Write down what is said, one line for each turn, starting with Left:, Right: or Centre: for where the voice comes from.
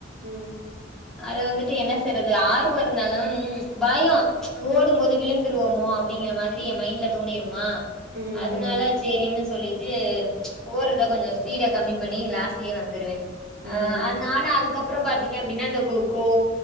Right: ம்
Centre: அது வந்துட்டு என்ன செய்றது ஆறு வரு இருந்தாலு ம் பயோ ஓடும் போது விழுந்துருவோமோ அப்படிங்கிற மாதிரி என் மைண்ட்ல தோணிருமா
Right: ம்
Centre: அதனால சேரின்னு சொல்லிட் ஏ ஓ <unintelligible> கொஞ்சோ ஸ்பீட கம்மி பண்ணி லாஸ்லயே வந்துடுவேன்
Right: ம்
Centre: ஆ அது நானா அதுக்கப்றோ பாத்தீங்கனா எப்டின்னா அந்த கோக்கோ